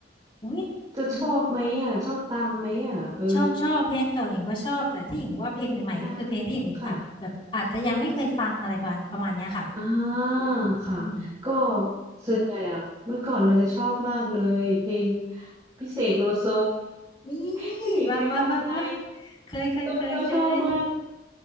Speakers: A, on the left (about 30°); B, on the right (about 20°).
A: อุ้ย
B: จะชอบไหมอ่ะชอบตามไหมอ่ะเออ
A: ดิชอบชอบเพลงเก่าหญิงก็ชอบแต่ที่หญิงบอกว่าเพลงใหม่ๆก็คือเพลงที่หญิงอาจแบบอาจจะยังไม่เคยฟังอะไรประมาณประมาณเนี้ยค่ะ
B: นะคะค่ะอ่าค่ะก็
A: อืม
B: ส่วนใหญ่อะเมื่อก่อนเราจะชอบมากเลยเพลงพี่เสกโลโซ
A: นี่
B: <laughs> คุณหญิงเคยฟังไหม
A: มามามามาเคยเคยเคยเคย
B: เออเราชอบมาก